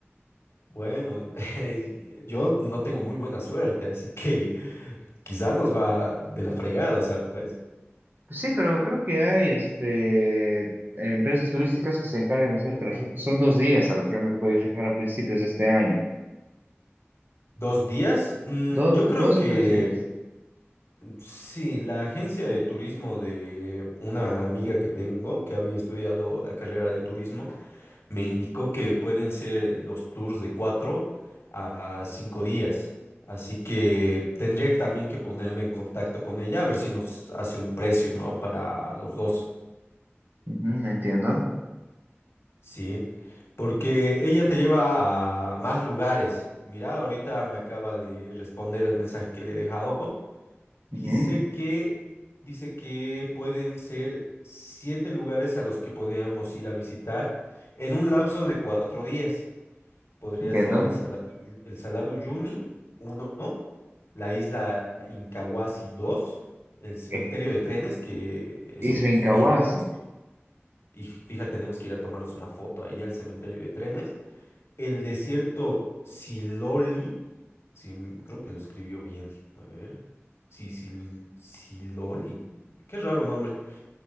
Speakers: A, on the left (about 65°); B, on the right (about 45°).
A: Bueno, <laughs> eh, yo no tengo muy buena suerte, así que quizás nos va de la fregada, ¿sabes?
B: Sí, pero creo que hay este, empresas turísticas que se encargan de hacerte las rutas. Son dos días a lo que yo me he podido fijar a principios de este año.
A: ¿Dos días? Mm,
B: Do-
A: yo
B: dos
A: creo que
B: o tres días.
A: mm, sí, la agencia de turismo de una amiga que tengo, que había estudiado la carrera de turismo, me indicó que pueden ser los tours de cuatro a cinco días. Así que tendría también que ponerme en contacto con ella a ver si nos hace un precio, ¿no? Para los dos.
B: Ujú, entiendo.
A: Sí, porque ella te lleva a más lugares. Mira, ahorita me acaba de responder el mensaje que le he dejado. Dice
B: Ujú,
A: que, dice que pueden ser siete lugares a los que podríamos ir a visitar en un lapso de cuatro días. Podría
B: entiendo.
A: ser el Salar de, Uyu- el Salar de Uyuni, uno, la isla Incahuasi, dos, el cementerio
B: Eh,
A: de trenes, que eso,
B: Isla Incahuasi.
A: fíjate, ¿no? Y fí- fíjate, tenemos que ir a tomarnos una foto ahí al cementerio de trenes. El desierto Siloli, sí, mm, creo que lo escribió bien. A ver. Sí, Sil- Siloli. Qué raro nombre.